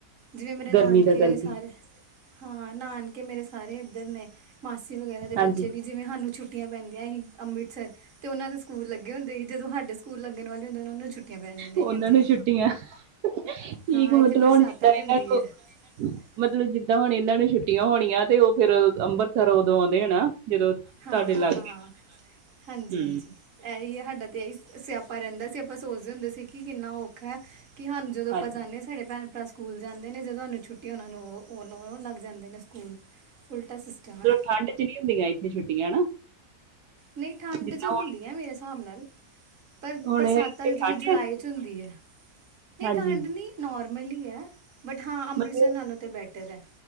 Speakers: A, on the right; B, on the right.
A: ਜਿਵੇਂ ਮੇਰੇ ਨਾਨਕੇ
B: ਗਰਮੀ ਦਾ ਕਰਕੇ
A: ਸਾਰੇ ਹਾਂ ਨਾਨਕੇ ਮੇਰੇ ਸਾਰੇ ਐਧਰ ਨੇ ਮਾਸੀ ਵਗੈਰਾ ਦੇ
B: ਹਾਂਜੀ
A: ਬੱਚੇ ਵੀ ਜਿਵੇਂ ਸਾਨੂੰ ਛੁੱਟੀਆਂ ਪੈਂਦੀਆਂ ਈ ਅੰਮ੍ਰਿਤਸਰ ਤੇ ਉਹਨਾਂ ਦੇ ਸਕੂਲ ਲੱਗੇ ਹੁੰਦੇ ਸੀ ਜਦੋਂ ਸਾਡੇ ਸਕੂਲ ਲੱਗਣ ਵਾਲੇ ਹੁੰਦੇ ਨੇ ਉਹਨਾ ਨੂੰ ਛੁੱਟੀ ਪੈ ਜਾਂਦੀਆਂ
B: ਉਹਨਾਂ
A: ਇੱਥੇ
B: ਨੂੰ ਛੁੱਟੀਆਂ ਠੀਕ
A: ਹਾਂ
B: ਮਤਲਬ
A: ਇੱਥੇ ਬਰਸਾਤਾਂ
B: ਹੁਣ ਜਿੱਦਾਂ
A: ਚ
B: ਇਹਨਾਂ
A: ਹੁੰਦੀ
B: ਨੂੰ
A: ਐ <unintelligible>
B: ਮਤਲਬ ਜਿੱਦਾਂ ਹੁਣ ਏਨਾਂ ਨੂੰ ਛੁੱਟੀਆਂ ਹੋਣੀਆਂ ਤੇ ਓ ਫੇਰ ਅੰਮ੍ਰਿਤਸਰ ਉਦੋਂ ਆਉਂਦੇ ਨਾ ਜਦੋਂ ਤੁਹਾਡੇ
A: ਹਾਂ-ਹਾਂ,
B: ਲਾਗੇ
A: ਹਾਂਜੀ-ਹਾਂਜੀ।
B: ਹੂੰ
A: ਐਈ ਐ ਸਾਡਾ ਤਾਂ ਇਹੀ ਸਿਆਪਾ ਰਹਿੰਦਾ ਸੀ ਆਪਾਂ ਸੋਚਦੇ ਹੁੰਦੇ ਸੀ ਕਿ ਕਿੰਨਾ ਔਖਾ ਐ ਕਿ ਸਾਨੂੰ ਜਦੋਂ ਆਪਾਂ
B: ਹਾਂਜੀ
A: ਜਾਂਦੇ ਆ, ਸਾਡੇ ਭੈਣ ਭਰਾ ਸਕੂਲ ਜਾਂਦੇ ਨੇ ਜਦੋਂ ਸਾਨੂੰ ਛੁੱਟੀ ਉਹਨਾਂ ਨੂੰ ਲੱਘ ਜਾਂਦੇ ਨੇ ਸਕੂਲ ਉਲਟਾ ਸਿਸਟਮ ਐ।
B: ਠੰਢ ਚ ਨੀ ਹੁੰਦੀਆਂ ਇੱਥੇ ਛੁੱਟੀਆਂ ਹਨਾ?
A: ਨਹੀਂ ਠੰਡ
B: ਜਿੱਦਾਂ
A: ਚ ਹੁੰਦੀਆਂ, ਮੇਰੇ ਹਿਸਾਬ ਨਾਲ ਪਰ
B: ਹੁਣ ਹੁਣ
A: ਬਰਸਾਤਾਂ
B: ਇੱਥੇ
A: ਜਿਵੇਂ
B: ਠੰਡ
A: ਜੁਲਾਈ
B: ਹੈ
A: ਚ ਹੁੰਦੀ ਐ ਨਹੀਂ
B: ਹਾਂਜੀ
A: ਠੰਡ ਨਹੀ ਨੋਰਮਲੀ ਈ ਆ ਬਟ ਹਾਂ ਅੰਮ੍ਰਿਤਸਰ
B: ਮਤਲਬ
A: ਨਾਲੋਂ ਤੇ ਬੈਟਰ ਹੈ।